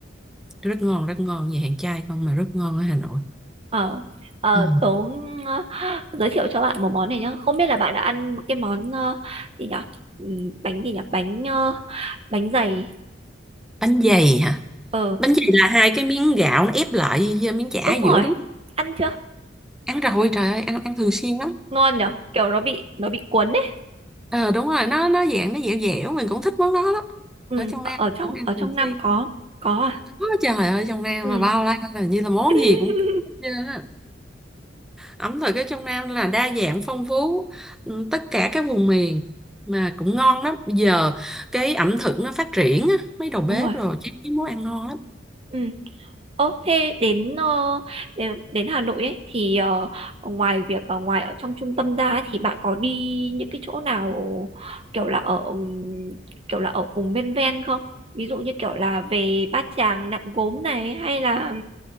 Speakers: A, in the centre; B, on the right.
A: rất ngon rất ngon nhà hàng chay không mà rất ngon ở Hà Nội
B: ờ ờ
A: ừ.
B: tớ ờ, giới thiệu cho bạn một món này nhá không biết là bạn đã ăn cái món ờ, gì nhỉ? Ừ, bánh gì nhỉ? bánh ờ, bánh dày
A: bánh dày hả
B: ờ
A: bánh dày là hai cái miếng gạo nó ép lại với miếng chả
B: đúng
A: ở
B: rồi
A: giữa đúng không?
B: ăn chưa
A: ăn rồi trời ơi ăn ăn thường xuyên lắm
B: ngon nhở kiểu nó bị nó bị cuốn đấy
A: ờ đúng rồi nó nó dạng nó dẻo dẻo mình cũng thích món đó lắm
B: ừ,
A: ở trong
B: ở
A: Nam
B: ở trong
A: cũng ăn
B: ở trong
A: thường
B: Nam
A: xuyên
B: có có à
A: Ôi, trời ơi trong Nam
B: ừ.
A: mà bao la là như là món
B: <laughs>
A: gì cũng có hết trơn á. ẩm thực ở trong Nam là đa dạng phong phú ừ, tất cả các vùng miền mà cũng ngon lắm bây giờ cái ẩm thực nó phát triển á, mấy đầu bếp
B: đúng rồi
A: rồi chứ cái món ăn ngon lắm
B: ừ. Ồ, thế đến ờ, đến, đến Hà Nội ấy thì ờ, ngoài việc ở ngoài ở trong trung tâm ra ấy, thì bạn có đi những cái chỗ nào kiểu là ở ừm, kiểu là ở vùng ven ven không? Ví dụ như kiểu là về Bát Tràng, Nặn Gốm này hay là